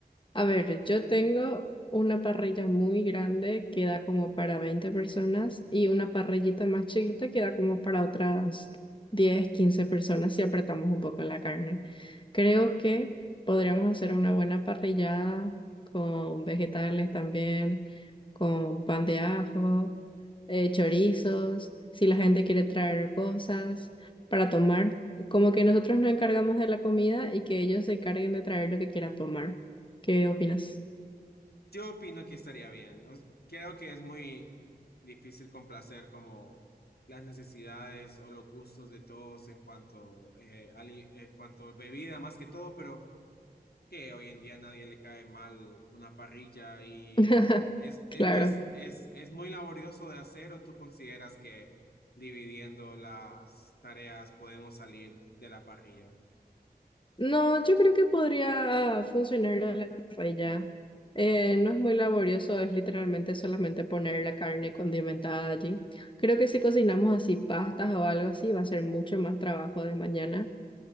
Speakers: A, on the left (about 30°); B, on the left (about 70°).
A: A ver, yo tengo una parrilla muy grande que da como para 20 personas y una parrillita más chiquita que da como para otras 10 15 personas si apretamos un poco la carne. Creo que podríamos hacer una buena parrillada con vegetales también, con pan de ajo, eh, chorizos, si la gente quiere traer cosas para tomar. Como que nosotros nos encargamos de la comida y que ellos se encarguen de traer lo que quieran tomar. ¿Qué opinas?
B: Yo opino que estaría bien. No s- Creo que es muy difícil complacer como las necesidades o los gustos de todos en cuanto eh, ali- en cuanto a bebida más que todo, pero que hoy en día a nadie le cae mal una parrilla y
A: <laughs>
B: es, es-
A: Claro.
B: no es, es, es muy laborioso de hacer o tú consideras que dividiendo las tareas podemos salir de la parrilla.
A: No, yo creo que podría funcionar la la paella. Eh, no es muy laborioso, es literalmente solamente poner la carne condimentada allí. Creo que si cocinamos así pastas o algo así, va a ser mucho más trabajo de mañana.